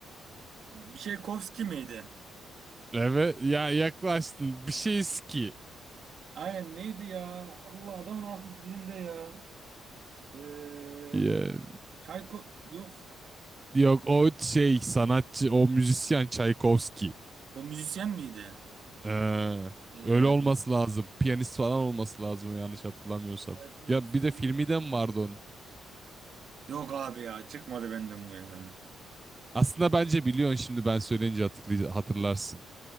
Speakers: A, on the right (about 60°); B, on the right (about 20°).
A: bir şey Kovski miydi?
B: evet ya yaklaştın bir şey ki.
A: Aynen neydi ya? Allah adamın aklı dilimde ya. Eee
B: Ya,
A: Çayko yok.
B: yok o şey sanatçı o müzisyen Çaykovski.
A: O müzisyen miydi?
B: Ha,
A: Eee
B: öyle olması lazım. Piyanist falan olması lazım yanlış hatırlamıyorsam.
A: Çaykovski.
B: Ya bir de filmi de mi vardı onun?
A: Yok abi ya çıkmadı benden bu ya.
B: Aslında bence biliyorsun şimdi ben söyleyince hatırlay- hatırlarsın.